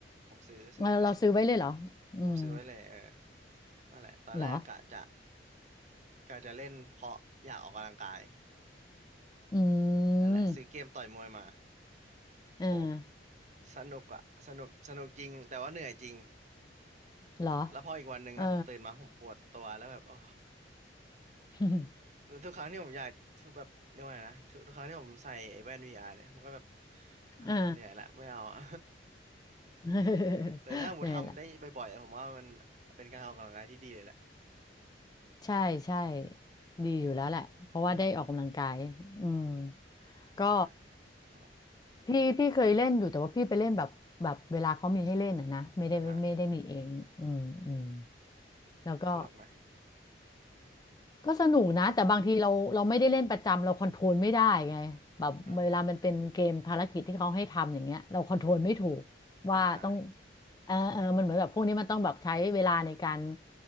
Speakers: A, on the right (about 40°); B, on the left (about 20°).
A: ผมซื้อซื้อไว้
B: เราเราซื้อไว้เลยเหรออืม
A: ผมซื้อไว้เลยเออนั่นแหละตอนแรกกะจะ
B: เหรอ
A: กะจะเล่นเพราะอยากออกกำลังกาย
B: อื
A: นั่นแหละซื้อเกมต่อยมวยมา
B: ม
A: โห
B: เออ
A: สนุกอะสนุกสนุกจริงแต่ว่าเหนื่อยจริง
B: เหรอ
A: แล้วพออีกวันหนึ่งอะผมตื่นมาผมปวดตัวแล้วแบบโอ้
B: เออ <laughs>
A: แล้วทุกครั้งที่ผมอยากทุกแบบเรียกว่าไงนะทุกทุกครั้งที่ผมใส่ไอ้แว่น VR เนี่ยมันก็แบบ <sighs> เฮ้ยเหนื่อยละไม่เอาอะ
B: เอ่า <laughs>
A: <laughs> เออถ้าผมทำได้บ่อยๆอะผมว่ามัน
B: เนี่ย <laughs> แหละ
A: เป็นการออกกำลังกายที่ดีเลยแหละ
B: ใช่ใช่ดีอยู่แล้วแหละเพราะว่าได้ออกกำลังกายอืม
A: อืม
B: ก็
A: ใช่นั่นแหละ
B: พี่พี่เคยเล่นอยู่แต่ว่าพี่ไปเล่นแบบแบบเวลาเขามีให้เล่นอ่ะนะไม่ได้ไม่ได้มีเองอืมอืม
A: อ่ะฮะ
B: แล้วก็
A: สนุกไหม
B: ก็สนุกนะแต่บางทีเราเราไม่ได้เล่นประจำเราคอนโทรลไม่ได้ไงแบบเวลามันเป็นเกมภารกิจที่เขาให้ทำอย่างเงี้ยเราคอนโทรลไม่ถูก
A: อืม
B: ว่าต้อง
A: อ่าอ่า
B: เออเออมันเหมือนแบบพวกนี้มันต้องแบบใช้เวลาในการ